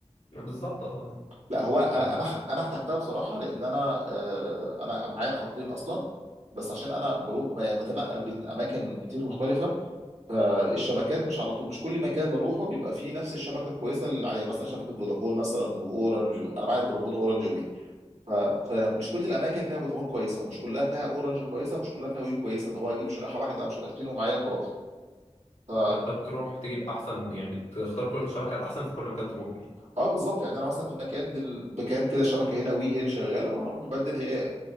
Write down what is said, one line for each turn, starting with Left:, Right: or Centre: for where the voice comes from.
Left: بالظبط أه
Right: لا هو انا
Left: ف...
Right: انا ح- انا احتجتها بصراحه لان انا آه، انا معايا خطين اصلا بس عشان انا بروح ب- يعني بتنقل بين اماكن كتير مختلفه فالشبكات مش على طول مش كل مكان بروحه بيبقى فيه نفس الشبكه الكويسه اللي عليه مثلا شبكه فودافون مثلا واورنج انا معايا فودافون واورنج ف... فمش كل الاماكن فيها فودافون كويسه ومش كلها فيها اورنج كويسه ومش كلها فيها وي كويسه اللي هو اجيب شريحه واحده او شريحتين ومعايا وخلاص ف
Left: فأنت بتروح تجيب أحسن يعني بتختار كل الشبكة الأحسن في كل مكان تروح يعني
Right: اه بالظبط يعني انا مثلا في مكان دل... مكان كده الشبكه هنا وي هي اللي شغاله اروح مبدل هي ي-